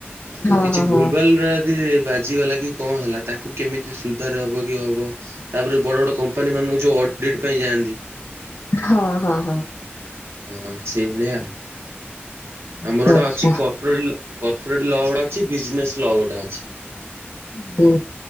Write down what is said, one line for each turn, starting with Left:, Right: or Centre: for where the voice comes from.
Right: ତ
Left: ହଁ
Right: କିଛି
Left: ହଁ ହଁ
Right: ଭୁଲ୍ ଭାଲରେ ଯଦି ବାଜିଗଲା କି କଣ ହେଲା ତାକୁ କେମିତି ସୁଧାରି ହବ କି ହବ ତାପରେ ବଡ ବଡ କମ୍ପାନୀମାନଙ୍କୁ ଯୋଉ ଅଡିଟ୍ ପାଇଁ ଯାଆନ୍ତି
Left: ହଁ-ହଁ-ହଁ।
Right: ହଁ ସେଇଭଳିଆ ଆଉ,
Left: ଆଚ୍ଛା
Right: ଆମର ଗୋଟେ
Left: ଆଚ୍ଛା
Right: ଅଛି ପ <inaudible> କର୍ପୋରେଟ୍ ଲ ଗୋଟା ଅଛି ବିଜନେସ୍ ଲ ଗୋଟା ଅଛି।
Left: <unintelligible>